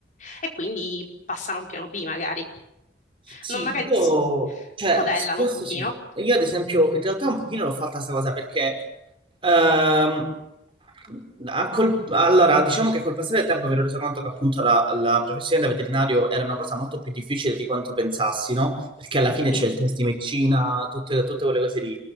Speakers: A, on the left; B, on the right.
A: e quindi passano a un piano B magari.
B: Sì,
A: Non magari
B: io,
A: si
B: cioè,
A: modellano
B: su questo
A: un pochino.
B: sì. Io ad esempio, in realtà un pochino l'ho fatta questa cosa perché, ehm, a col- allora, diciamo che col passare del tempo mi ero reso conto che appunto la, la professione da veterinario era una cosa molto più difficile di quanto pensassi, no? Perché alla fine c'è
A: Sì,
B: il test di medicina, tutte, tutte quelle cose lì.